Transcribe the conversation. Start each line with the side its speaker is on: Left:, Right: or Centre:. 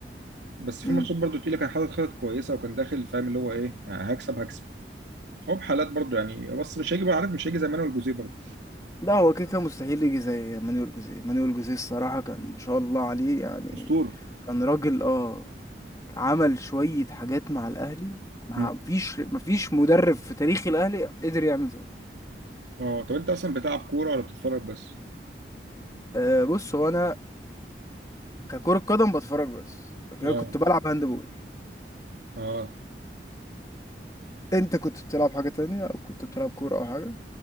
Right: بس
Left: امم
Right: في ماتشات برضه تقيله كان حاطط خطط كويسه وكان داخل فاهم اللي هو ايه يعني هكسب هكسب هو بحالات برضه يعني بس مش هيجي بقى عارف مش هيجي زي مانويل جوزيه برضه
Left: لا هو كده كان مستحيل يجي زي مانويل جوزيه مانويل جوزيه الصراحه كان ما شاء الله عليه يعني
Right: اسطوره
Left: كان راجل اه عمل شويه حاجات مع الاهلي ما
Right: مم.
Left: فيش ما فيش مدرب في تاريخ الاهلي قدر يعمل زيه
Right: اه طب انت اصلا بتلعب كوره ولا بتتفرج بس؟
Left: أه بص هو انا ككرة قدم بتفرج بس لكن
Right: اه
Left: انا كنت بلعب هاندبول
Right: اه
Left: انت كنت بتلعب حاجة تانية او كنت بتلعب كورة او حاجة